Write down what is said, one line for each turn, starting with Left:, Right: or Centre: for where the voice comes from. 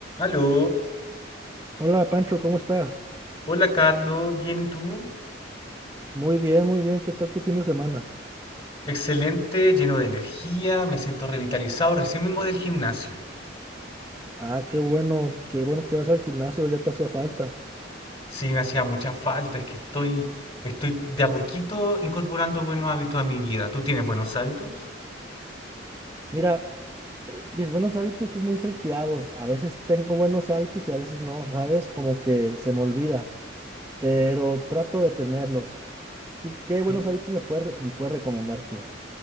Left: Aló,
Right: Hola Pancho, ¿cómo estás?
Left: hola Carlos, ¿bien y tú?
Right: Muy bien, muy bien. ¿Qué tal tu fin de semana?
Left: Excelente, lleno de energía, me siento revitalizado, recién vengo del gimnasio.
Right: Ah, qué bueno, qué bueno que vas al gimnasio, ya te hacía falta.
Left: Sí, me hacía mucha falta, es que estoy, estoy de a poquito incorporando buenos hábitos a mi vida. ¿Tú tienes buenos hábitos?
Right: Mira, eh, mis buenos hábitos son muy salteados. A veces tengo buenos hábitos y a veces no, ¿sabes? Como que se me olvida, pero trato de tenerlos. ¿Tú ¿Qué buenos
Left: Y
Right: hábitos me puedes, re- me puedes recomendar tú?